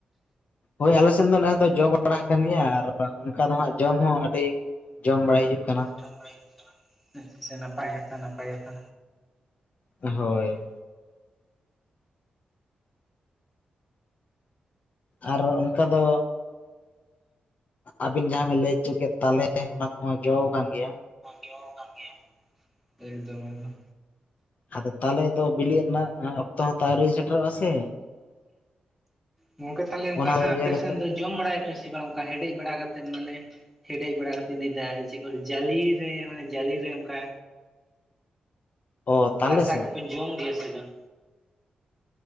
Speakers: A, on the left; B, in the centre.
A: ᱦᱳᱭ ᱟᱞᱮᱱ ᱫᱚ ᱱᱮᱥ ᱫᱚ ᱡᱚ ᱵᱟᱲᱟ ᱟᱠᱟᱱ ᱜᱮᱭᱟ ᱟᱨ ᱚᱱᱠᱟ ᱫᱚ ᱦᱟᱸᱜ ᱡᱚᱢ ᱦᱚᱸ ᱟᱹᱰᱤ ᱡᱚᱢ ᱵᱟᱲᱟᱭ ᱦᱩᱭᱩᱜ ᱠᱟᱱᱟ᱾
B: ᱡᱚᱢ ᱵᱟᱲᱟᱭ ᱦᱩᱭᱩᱜ ᱠᱟᱱᱟ ᱱᱟᱯᱟᱭ ᱠᱟᱛᱷᱟ ᱱᱟᱯᱟᱭ ᱠᱟᱛᱷᱟ
A: ᱦᱳᱭ ᱟᱨ ᱚᱱᱠᱟ ᱫᱚ ᱟᱹᱵᱤᱱ ᱡᱟᱦᱟᱸ ᱵᱤᱱ ᱞᱟᱹᱭ ᱦᱚᱪᱚ ᱠᱮᱫ ᱛᱟᱞᱮ ᱚᱱᱟ ᱠᱚᱦᱚᱸ ᱡᱚ ᱠᱟᱱ ᱜᱮᱭᱟ᱾
B: ᱡᱚ ᱠᱟᱱ ᱜᱮᱭᱟ ᱮᱠᱫᱚᱢ ᱮᱠᱫᱚᱢ
A: ᱟᱫᱚ ᱛᱟᱦᱚᱞᱮ ᱫᱚ ᱵᱤᱞᱤᱜ ᱨᱮᱱᱟᱜ ᱚᱠᱛᱚ ᱦᱚᱸ ᱛᱚ ᱟᱣᱨᱤ ᱥᱮᱴᱮᱨᱚᱜ ᱟ ᱥᱮ
B: ᱜᱚᱝᱠᱮ ᱛᱟᱦᱞᱮ ᱚᱱᱠᱟ
A: ᱚᱱᱟ ᱫᱚ
B: ᱦᱟᱜ ᱟᱯᱮ
A: ᱡᱮᱞᱮᱠᱟ
B: ᱥᱮᱱ ᱫᱚ ᱡᱚᱢ ᱵᱟᱲᱟᱭᱟ ᱯᱮ ᱥᱮ ᱵᱟᱝ ᱚᱱᱠᱟ ᱦᱮᱰᱮᱡ ᱵᱟᱲᱟ ᱠᱟᱛᱮᱫ ᱢᱟᱱᱮ ᱦᱮᱰᱮᱡ ᱵᱟᱲᱟ ᱠᱟᱛᱮᱧ ᱞᱟᱹᱭᱫᱟ ᱪᱮᱫ ᱠᱚ ᱡᱟᱹᱞᱤᱨᱮ ᱢᱟᱱᱮ ᱡᱟᱹᱞᱤᱨᱮ ᱚᱝᱠᱟ
A: ᱚ ᱛᱟᱞᱮ
B: ᱨᱟᱥᱟ
A: ᱥᱮ
B: ᱠᱚᱯᱮ ᱡᱚᱢ ᱜᱮᱭᱟ ᱥᱮ ᱵᱟᱝ?